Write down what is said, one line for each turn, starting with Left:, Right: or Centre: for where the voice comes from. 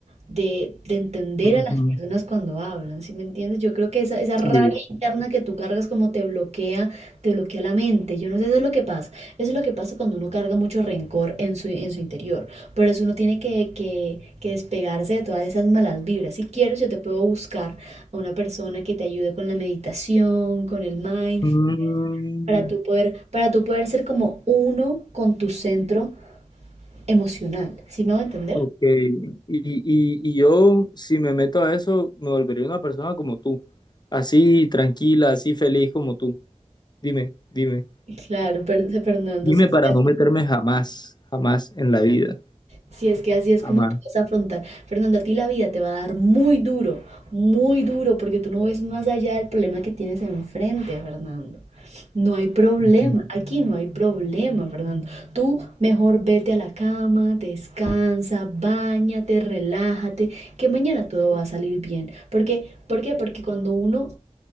Right: de, de entender
Left: Ujú,
Right: a las personas cuando hablan, ¿sí me entiendes? Yo creo que esa, esa
Left: Sí.
Right: rabia interna que tú cargas como te bloquea, te bloquea la mente. Yo no sé, eso es lo que pasa. Eso es lo que pasa cuando uno carga mucho rencor en su, en su interior. Por eso uno tiene que, que, que despegarse de todas esas malas vibras. Si quieres, yo te puedo buscar a una persona que te ayude con la meditación, con el mindfulness,
Left: Mm,
Right: para tú poder, para tú poder ser como uno con tu centro emocional. ¿Sí me va a entender?
Left: Ok, y, y, y yo si me meto a eso, me volvería una persona como tú, así tranquila, así feliz como tú. Dime, dime,
Right: Claro, per- Fernando,
Left: dime
Right: sí,
Left: para
Right: sí,
Left: no meterme jamás, jamás en la vida,
Right: Si es que así es
Left: jamás.
Right: como tú vas a afrontar. Fernando, a ti la vida te va a dar muy duro, muy duro, porque tú no ves más allá del problema que tienes enfrente, Fernando. No hay problema,
Left: Ujú.
Right: aquí no hay problema, Fernando. Tú mejor vete a la cama, descansa, bañate, relájate, que mañana todo va a salir bien. Porque, ¿por qué? Porque cuando uno